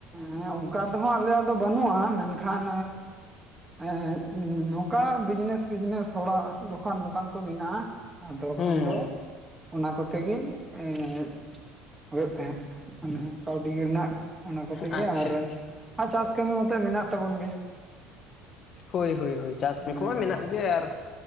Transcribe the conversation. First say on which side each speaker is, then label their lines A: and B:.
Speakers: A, on the right; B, on the left.
A: ᱦᱮᱸ ᱚᱱᱠᱟ ᱫᱚ ᱦᱟᱸᱜ ᱟᱞᱮᱭᱟᱜ ᱫᱚ ᱵᱟᱹᱱᱩᱜ-ᱟ, ᱢᱮᱱᱠᱷᱟᱱᱼᱼ ᱦᱮᱸ ᱱᱚᱝᱠᱟ ᱵᱤᱡᱽᱱᱮᱥ-ᱯᱷᱤᱡᱱᱮᱥ ᱛᱷᱚᱲᱟ ᱫᱚᱠᱟᱱ-ᱢᱚᱠᱟᱱ ᱠᱚ ᱢᱮᱱᱟᱜ-ᱟ᱾ ᱟᱫᱚ
B: ᱦᱩᱸ
A: ᱠᱷᱟᱱ ᱫᱚᱼᱼ ᱚᱱᱟ ᱠᱚᱛᱮ ᱜᱮ ᱮᱸ ᱦᱩᱭᱩᱜ ᱛᱟᱦᱮᱸᱫ ᱢᱟᱱᱮ ᱠᱟᱹᱣᱰᱤ ᱨᱮᱱᱟᱜᱼᱼ ᱚᱱᱟ ᱠᱚᱛᱮᱜᱮ
B: ᱟᱪᱪᱷᱟ
A: ᱟᱨ
B: ᱟᱪᱪᱷᱟ
A: ᱟᱨ ᱪᱟᱥ ᱠᱟᱹᱢᱤ ᱢᱚᱛᱚᱡ ᱢᱮᱱᱟᱜ ᱛᱟᱵᱚᱱ ᱜᱮ,
B: ᱦᱳᱭ-ᱦᱳᱭ-ᱦᱳᱭ ᱪᱟᱥ ᱠᱟᱢᱤ
A: ᱚᱱᱮ
B: ᱠᱚᱢᱟ
A: ᱚᱱᱠᱟ
B: ᱢᱮᱱᱟᱜ ᱜᱮᱭᱟ ᱟᱨ